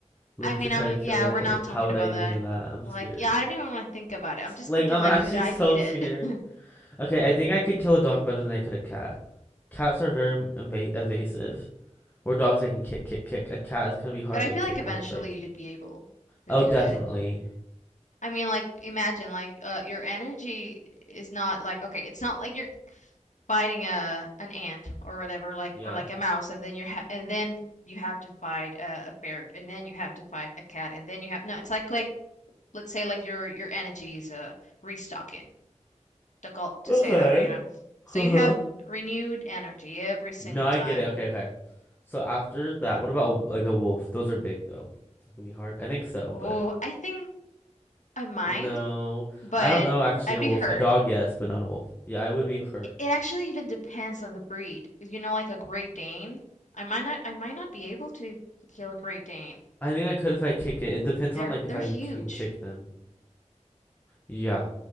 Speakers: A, on the left; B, on the left.
A: Like
B: I mean,
A: to try
B: I'm
A: to kill
B: yeah,
A: it.
B: we're not
A: Like
B: talking
A: how would
B: about
A: I even
B: that.
A: do that? I'm
B: Like,
A: scared.
B: yeah, I don't even want to think about it. I'm just
A: Like
B: thinking
A: I'm
B: like,
A: actually
B: could I
A: so
B: beat it?
A: scared.
B: <laughs>
A: Okay, I think I could kill a dog better than I could a cat. Cats are very inva evasive. Where dogs I can kick, kick, kick. A cat is gonna be harder
B: But I feel
A: to kick
B: like eventually
A: when it's like,
B: you'd be able to
A: oh,
B: do
A: definitely.
B: it. I mean, like, imagine like uh your energy is not like okay, it's not like you're fighting a an ant or whatever, like
A: Yeah.
B: or like a mouse, and then you're ha and then you have to fight a, a bear, and then you have to fight a cat, and then you have no, it's like like let's say like your your energy is uh restocking. difficult to
A: Okay.
B: say that way, you know. So
A: <laughs> Uh-huh.
B: you have renewed energy every single
A: No, I
B: time.
A: get it. Okay, okay. So after that, what about a, like a wolf? Those are big though. It's gonna be hard. I think so,
B: Oh,
A: but
B: I think I might,
A: no,
B: but
A: I don't know actually
B: I'd
A: a
B: be
A: wolf.
B: hurt.
A: A dog, yes, but not a wolf. Yeah, I would be hurt.
B: It actually even depends on the breed. You know, like a Great Dane, I might not, I might not be able to to kill a Great Dane.
A: I think I could if I kick it. It depends
B: They're
A: on like
B: they're
A: if I
B: huge.
A: can can kick them. Yeah.